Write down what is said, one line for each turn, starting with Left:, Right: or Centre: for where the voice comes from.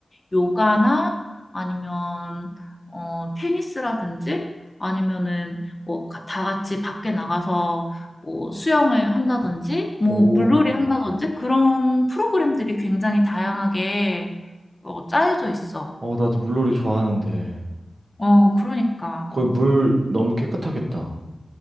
Left: 요가나 아니면, 어, 테니스라든지 아니면은 뭐, 가- 다 같이 밖에 나가서 뭐, 수영을 한다든지, 뭐,
Right: 오.
Left: 물놀이 한다든지 그런 프로그램들이 굉장히 다양하게 어, 짜여져 있어.
Right: 어, 나도 물놀이 좋아하는데.
Left: 어, 그러니까.
Right: 거기 물 너무 깨끗하겠다.